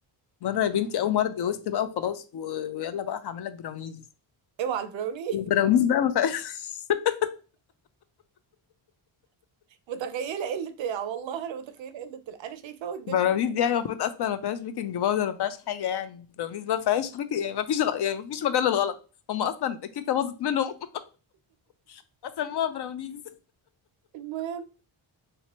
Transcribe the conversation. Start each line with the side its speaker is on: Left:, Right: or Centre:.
Left: مرة يا بنتي أول مرة اتجوزت بقى وخلاص و... ويلا بقى هعمل لك براونيز
Right: اوعى البراوني
Left: البراونيز بقى ما فيهاش <laughs>
Right: <laughs> متخيله قله الع- والله انا متخيله قله الع- انا شايفاه قدامي
Left: براونيز
Right: <laughs>
Left: دي يعني المفروض اصلا ما فيهاش بيكنج باودر ما فيهاش حاجه يعني براونيز ما فيهاش بيك... يعني ما فيش غ... يعني ما فيش مجال للغلط هم اصلا الكيكه باظت منهم <laughs> فسموها براونيز
Right: المهم